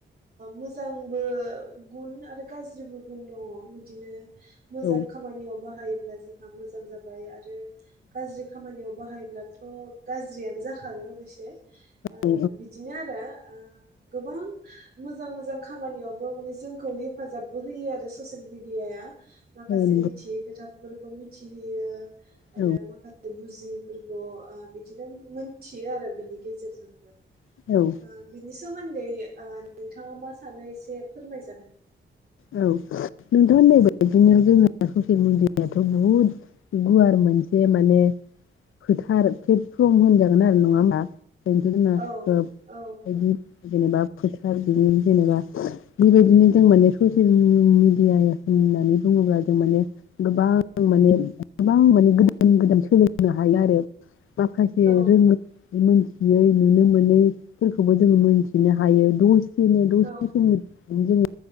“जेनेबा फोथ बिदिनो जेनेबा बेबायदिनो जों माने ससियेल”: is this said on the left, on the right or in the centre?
Left